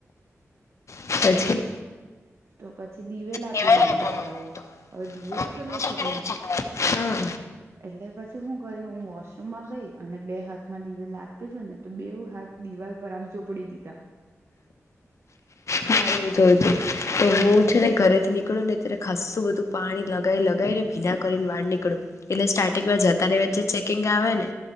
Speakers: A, on the left (about 70°); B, on the right (about 55°).
A: પછી
B: તો પછ પછી દિવેલ આપ્યું
A: લેવાય
B: મને
A: નહી ભણવાનું
B: તો હવે દિવેલ
A: આ
B: તો
A: દિવસો
B: કેટલું ચીકણું
A: કેટલી હા
B: એટલે પછી હું કરી હું વોશરૂમમાં ગઈ અને બે હાથ માં દિવેલ આપેલું ને તો બે હાથ દિવાલ પર આમ ચોપડી દીધા.
A: મારે તો હું છે ને ઘરે થી નીકળું ને ત્યારે ખાસું બધું પાણી લગાવ લગાવી ને ભીલાા કરીને વાળ નીકળું એટલે સ્ટાર્ટિંગમાં જતા ની વા જે ચેકિંગ આવે ને